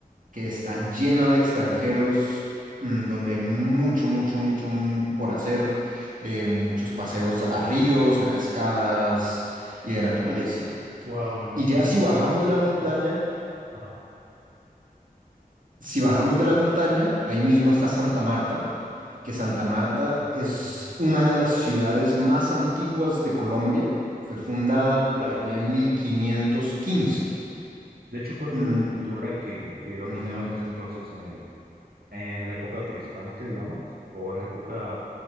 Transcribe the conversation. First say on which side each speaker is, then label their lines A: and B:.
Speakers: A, on the right; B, on the right.
A: que está lleno de extranjeros, mm, donde hay mucho, mucho, mucho mm, por hacer, eh, muchos paseos a ríos, a cascadas y de naturaleza.
B: Wow, me imagino
A: Y ya si
B: que.
A: bajamos
B: sí.
A: de la montaña,
B: Ajá.
A: si bajamos de la montaña, ahí mismo está Santa Marta, que Santa Marta es
B: ujú.
A: una de las ciudades más antiguas de Colombia. Fue fundada por allá en 1515.
B: De hecho, ¿cuál
A: Mm,
B: fue la cultura que, que dominaba
A: Mm,
B: en ese
A: mm,
B: entonces en el, en la época prehispánica, digamos, o en la época